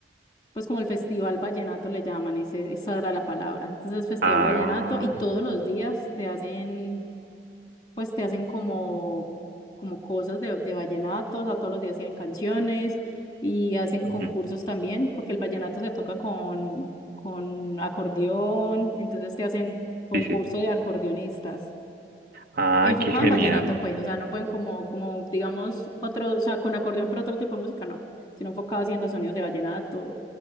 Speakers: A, on the left; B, on the right.
A: pues como el Festival Vallenato le llaman, ese, esa era la palabra, entonces es Festival
B: Ah,
A: Vallenato y todos los días te hacen pues te hacen como, como cosas de, de vallenatos, a todos los días tienen canciones y hacen
B: Ujú,
A: concursos también, porque el vallenato se toca con, con acordeón, entonces te hacen concurso
B: Sí, sí.
A: de acordeonistas.
B: Ah,
A: Enfocado
B: qué genial.
A: en vallenato, pues, o sea, no pueden como, como, digamos, otro, o sea, con acordeón, pero otro tipo de música, no, sino enfocado así en los sonidos de vallenato.